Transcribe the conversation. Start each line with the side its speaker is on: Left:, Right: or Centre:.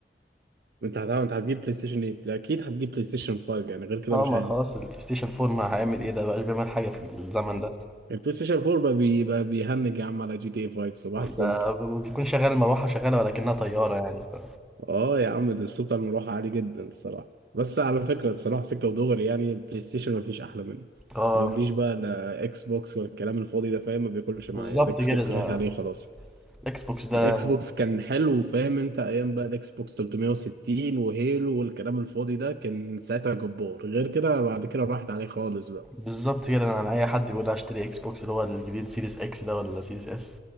Right: انت هتعمل انت هتجيب بلاي ستيشن 8 لا، اكيد هتجيب بلاي ستيشن 5 يعني غير كده
Centre: اه
Right: مش
Centre: ما
Right: هينفع
Centre: خلاص البلاي ستيشن 4 ما هيعمل ايه ده بقاش بيعمل حاجة في الزمن ده
Right: البلاي ستيشن 4 بقى بيبقى بيهنج يا عم على جي تي اي 5 صباح الفل
Centre: ده بيكون شغال المروحة شغالة ولكنها طيارة يعني ف...
Right: اه يا عم ده الصوت بتاع المروحه عالي جدا الصراحه بس على فكره الصراحه سكه ودغري يعني البلاي ستيشن ما فيش احلى منه
Centre: اه
Right: ما تقوليش بقى لا اكس بوكس ولا الكلام الفاضي ده فاهم ما بياكلش معايا
Centre: بالظبط
Right: الاكس
Centre: كده
Right: بوكس
Centre: ده
Right: راحت عليه خلاص
Centre: الاكس بوكس ده
Right: اكس بوكس كان حلو فاهم انت ايام بقى الاكس بوكس 360 وهيلو والكلام الفاضي ده كان ساعتها جبار غير كده بعد كده راحت عليه خالص بقى
Centre: بالظبط كده انا على اي حد بيقول لي هشتري اكس بوكس اللي هو الجديد سيريس اكس ده ولا سيريس اس